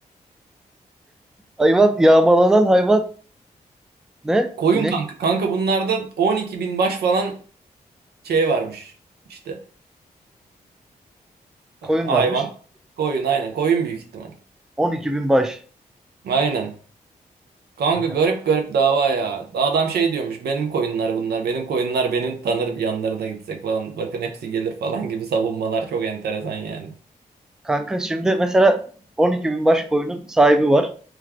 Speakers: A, in the centre; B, on the right (about 75°).
A: Hayvan yağmalanan hayvan ne?
B: Koyun
A: İnek
B: kanka. Kanka bunlarda 12 bin baş falan şey varmış. İşte
A: koyun
B: hayvan.
A: varmış.
B: Koyun aynen. Koyun büyük ihtimal.
A: On iki bin baş.
B: Aynen. Kanka
A: Kanka
B: garip garip dava ya. Adam şey diyormuş. Benim koyunlar bunlar. Benim koyunlar benim tanır yanlarına gitsek falan. Bakın hepsi gelir falan gibi savunmalar çok enteresan yani.
A: kanka şimdi mesela on iki bin baş koyunun sahibi var.